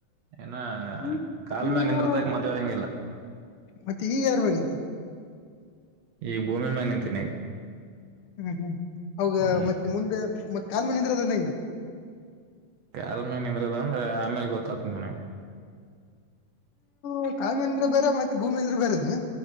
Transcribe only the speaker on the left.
ಹ್ಮ್
ಇವ್ರು-
ಮತ್ತೆ ಈಗ ಎದ್ರ ಮ್ಯಾಗ ನಿಂತಿ
ಹ್ಮ್ ಹ್ಮ್ ಅವಾಗ
ಮತ್ತೆ ಮುಂದೆ ಮತ್ತ ಕಾಲ್ ಮಣಿಂದ್ರ <unintelligible> ಅದ ನಿಂಗ
ನೀ ಕಾಲ್ ಮೆಲ್ ನೀತಿರೋದ್ ಬೇರೆ <unintelligible> ಮತ್ತೆ ಭೂಮಿ ಅಂದ್ರೆ ಬೇರದ ನೀ